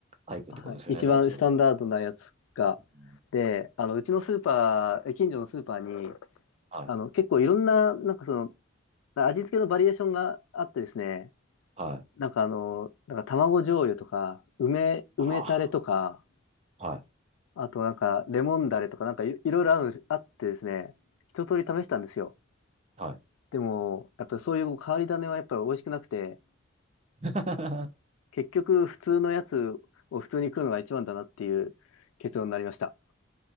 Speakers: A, on the right; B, on the left.
A: タイプってことですよね、
B: はい。一番スタンダードなやつが。
A: 多分それは。うん
B: で、あの、うちのスーパー、え近所のスーパーに、
A: はい。
B: あの、結構いろんな、なんかその、味付けのバリエーションがあってですね、
A: はい。
B: なんかあの、なんか卵醤油とか、梅、梅タレとか、
A: ああ。はい。
B: あとなんかレモンダレとか、なんかい、いろいろある、あってですね、一通り試したんですよ。
A: はい。
B: でも、やっぱそういう変わり種はやっぱり美味しくなくて、
A: <laughs>
B: 結局普通のやつを普通に食うのが一番だなっていう結論になりました。